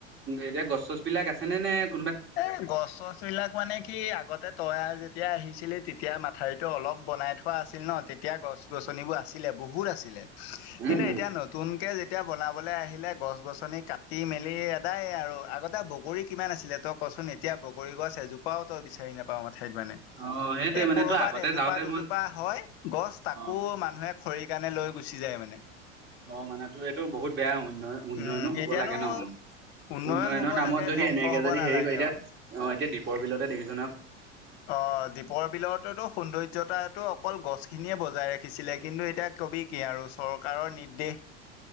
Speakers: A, on the right; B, on the left.
A: এতিয়া গছ চছ বিলাক আছে নে নায়
B: এ গছ চছ বিলাক মানে কি আগতে তয়াৰ যেতিয়া আহিছিলে তেতিয়া এতিয়া মাথাউৰিতটো অলপ বনাই থোৱা আছিল ন তেতিয়া গছ গছনিবোৰ আছিলে বহুত আছিলে।
A: উম
B: কিন্তু
A: উম
B: এতিয়া নতুনকে যেতিয়া এতিয়া বনাবলৈ আহিলে গছ গছনি কাটি মেলি এদায় আৰু আগতে বগৰী কিমান আছিলে তোক কচোন এতিয়া বগীছ এজোপাওই বিচাৰি নাপাও মানে ঠাইত মানে
A: অ সেইটোৱে
B: এই
A: মানে
B: কৰবাত
A: তো আগতে
B: এজোপা
A: যাওঁতে
B: দুজোপা
A: মই
B: হয় গছ তাকো
A: অ
B: মানুহে খৰি কাৰণে লৈ গুচি যায় মানে
A: অ মানে তোৰ এইটো বহুত বেয়া উন্নয়ন উন্নয়নো
B: উম
A: হ'ব
B: এতিয়ানো
A: লাগে ন।
B: উন্নয়ন
A: উন্নয়নৰ
B: হব
A: নামত
B: লাগে
A: যদি
B: ধ্বংস
A: এনেকে
B: হব
A: যদি
B: নালাগে
A: হেৰি কৰিদিও
B: অ
A: এতিয়া দ্বীপৰ বিলতে দেখিছ
B: অ', দ্বীপৰ বিলতো সৌন্দৰ্যতাটো অকল গছ খিনিয়ে বজাই ৰাখি <unintelligible> কিন্তু এতিয়া কবি কি আৰু চৰকাৰৰ নিৰ্দেশ